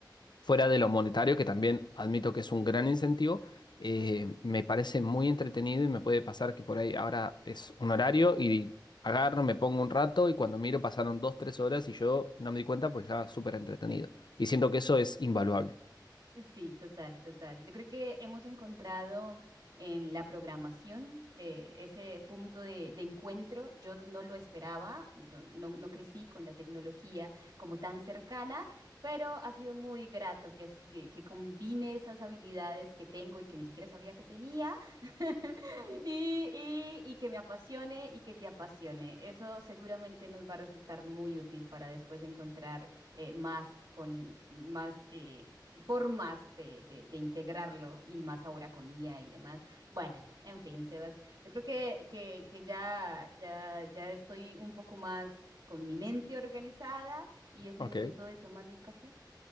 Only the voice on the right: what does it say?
Sí, total, total. Yo creo que hemos encontrado en la programación eh, ese punto de, de encuentro. Yo no lo esperaba, yo no, no crecí con la tecnología como tan cercana, pero ha sido muy grato que, as- que, que combine esas habilidades que tengo y que ni siquiera sabía que tenía <laughs> y, y, y que me apasione y que te apasione. Eso seguramente nos va a resultar muy útil para después encontrar eh, más, con, gen- más eh, formas de, de- de integrarlo y más ahora con IA y demás. Bueno, en fin, Sebas, yo creo que, que, que ya, ya, ya estoy un poco más con mi mente organizada y es mi
momento de tomarme un café.